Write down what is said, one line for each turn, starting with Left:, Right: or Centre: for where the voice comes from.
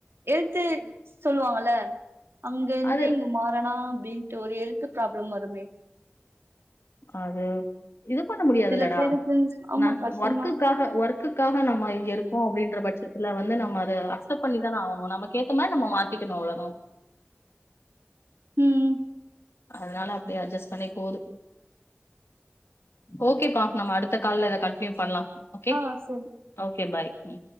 Right: எடுத்து சொல்லுவாங்கல அங்கந்து
Left: அது
Right: இங்க மாறனா அப்டின்ட்டு ஒரு எல்த்து ப்ராப்ளம் வருமே
Left: அது இது பண்ண முடியாதுல்லடா
Right: சில பேருக்கு ஆமா
Left: நா
Right: கஷ்டம்தா
Left: ஒர்க் குக்காக ஓர்க்குக்காக நம்ம இங்க இருக்கோ அப்டின்ற பட்சத்தில வந்து ந ம்ம அத அக்சப்ட் பண்ணி தான ஆவனு நமக்கேத் தமாரி நம்ம மாத்திக்கணு அவ்ளோதா
Right: ம்
Left: அதனால அப்டியே அட்ஜஸ்ட் பண்ணி போது ஓகேப்பா நம்ம அடுத்த கால்ல இத கண்டினியூ பண்லா ஓகே
Right: ஆ சரி
Left: ஓகே பாய் ம்